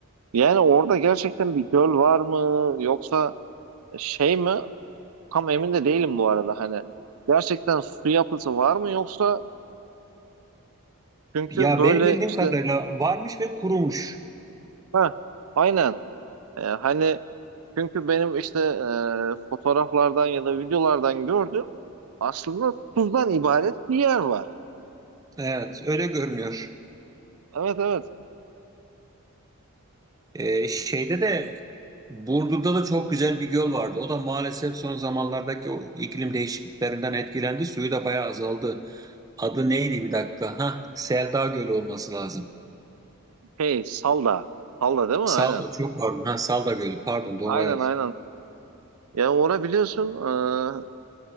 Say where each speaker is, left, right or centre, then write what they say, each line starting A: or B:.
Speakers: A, on the right; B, on the right.
A: yani orada gerçekten bir göl var mı yoksa şey mi? Tam emin de değilim bu arada hani. Gerçekten su yapısı var mı yoksa çünkü
B: Ya
A: böyle
B: benim bildiğim
A: işte
B: kadarıyla varmış ve kurumuş.
A: ha aynen Ee, hani çünkü benim işte e, fotoğraflardan ya da videolardan gördüğüm aslında tuzdan ibaret bir yer var.
B: Evet, öyle görünüyor.
A: Evet evet.
B: E, şeyde de Burdur'da da çok güzel bir göl vardı. O da maalesef son zamanlardaki o iklim değişikliklerinden etkilendi. Suyu da bayağı azaldı. Adı neydi bir dakika? Ha, Selda Gölü olması lazım.
A: Şey Salda. Salda değil mi?
B: Salda
A: Aynen.
B: çok pardon. Ha, Salda Gölü pardon doğru
A: Aynen
B: evet.
A: aynen Yani ona biliyorsun e,